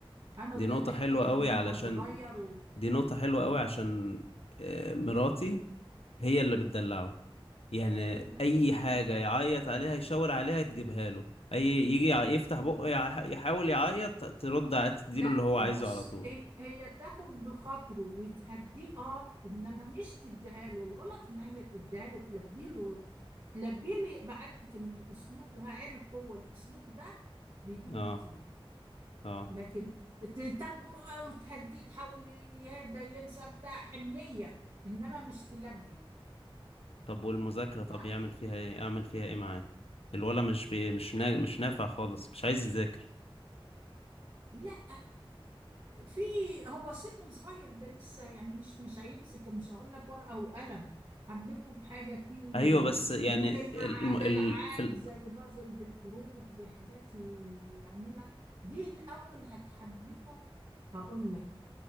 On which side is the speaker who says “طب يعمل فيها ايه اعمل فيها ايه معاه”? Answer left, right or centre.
Left